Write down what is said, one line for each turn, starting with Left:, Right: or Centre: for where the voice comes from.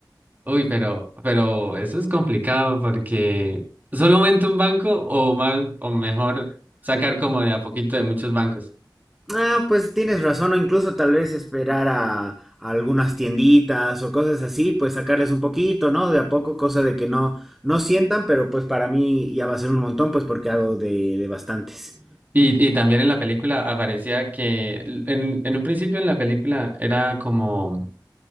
Right: Uy, pero, pero eso es complicado porque solamente un banco o más, o mejor sacar como de a poquito de muchos bancos.
Centre: Ah, pues tienes razón, o incluso tal vez esperar a, a algunas tienditas o cosas así, pues sacarles un poquito, ¿no? De a poco, cosa de que no, no sientan, pero pues para mí ya va a ser un montón, pues porque hago de de bastantes.
Right: Y, y también en la película aparecía que en, en un principio en la película era como